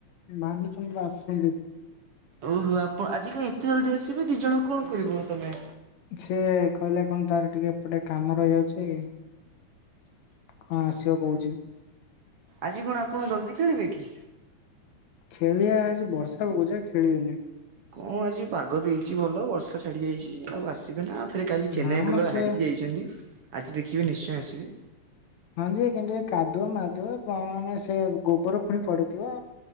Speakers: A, on the left; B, on the right.
A: ଭହାନୁଚନ୍ଦ୍ର ଆସୁଛନ୍ତି
B: ଓହୋ ଆପଣ ଆଜି କାଁ ଏତେ ଜଲଦି ଆସିବେ ଦି ଜଣ କଣ କରିବ ତମେ
A: ସିଏ କହିଲା କଣ ତାର ଟିକେ ଏପଟେ କାମ ରହିଯାଉଛି କଁ ଆସିବ କହୁଛି
B: ଆଜି କଣ ଆପଣ ଜଲ୍ଦି ଖେଳିବେ କି
A: ଖେଳିବା ବର୍ଷା ହକୁ ଯା ଖେଳିବେନି
B: କଣ ଆଜି ପାଗ ଦେଇଛି ଭଲ ବର୍ଷା ଛାଡି ଯାଇଛି ଆଉ ଆସିବେ ନା ରେ କାଲି ଚେନ୍ନାଇ
A: ନା ମ
B: ବୁଲ
A: ସେ
B: ହାରିକି ଯାଇଛନ୍ତି ଆଜି ଦେଖିବେ ନିଶ୍ଚୟ ଆସିବେ
A: ହଁ ଯେ କିନ୍ତୁ ଏ କାଦୁଅ ମାଦୁଅ କ ମାନେ ସେ ଗୋବର ପୁଣି ପଡିଥିବ